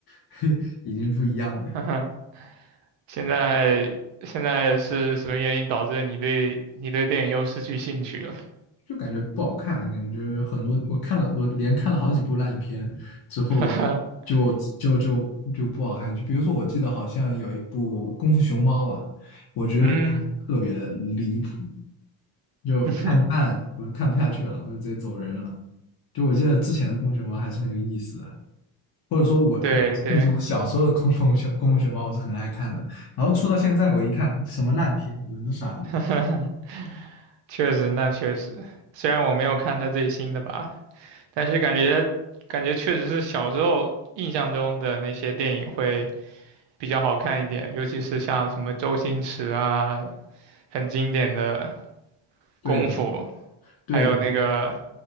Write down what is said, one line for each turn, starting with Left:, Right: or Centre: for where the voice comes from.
Left: <laughs> 已经不一样了。
Right: <laughs> 哼哼现在现在是什么原因导致你对你对电影又失去兴趣了？
Left: 对。就感觉不好看，感觉很多我看了，我连看了好几部烂片之后就，
Right: <laughs>
Left: 就就就不好看。就比如说，我记得好像有一部《功夫熊猫》吧，我觉得嗯特别离谱，
Right: 嗯。
Left: 就看一半我就看不下去了，
Right: <laughs>
Left: 我就直接走人了。就我记得之前的《功夫熊猫》还是很有意思的，或者说我我记住小时候的《功夫熊功夫熊猫》我是很爱看的，
Right: 对对，
Left: 然后出到现在我一看什么烂片，人都傻了。
Right: <laughs> 确实，那确实，虽然我没有看他最新的吧，但是感觉感觉确实是小时候印象中的那些电影会比较好看一点，尤其是像什么周星驰啊，很经典的
Left: 对
Right: 功夫，
Left: 对，
Right: 还有那个